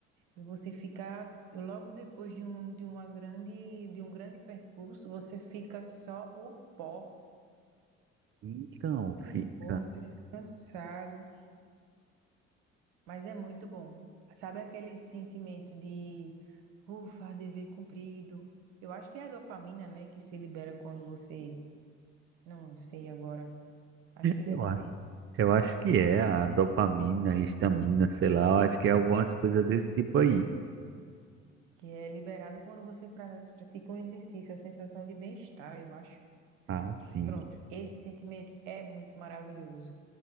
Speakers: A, on the right; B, on the right.
A: E você fica, logo depois de um, de uma grande, de um grande percurso, você fica só o pó,
B: Então
A: em
B: fica.
A: forças, cansado. Mas é muito bom. Sabe aquele sentimento de ufa, dever cumprido? Eu acho que é a dopamina, né, que se libera quando você. Não, sei agora. Acho que deve
B: Eu
A: ser.
B: acho, eu acho que é a dopamina, a histamina, sei lá. Eu acho que é algumas coisas desse tipo aí.
A: Que é liberado quando você pra- pratica um exercício, a sensação de bem-estar, eu acho.
B: Ah, sim.
A: E pronto, esse sentimento é muito maravilhoso.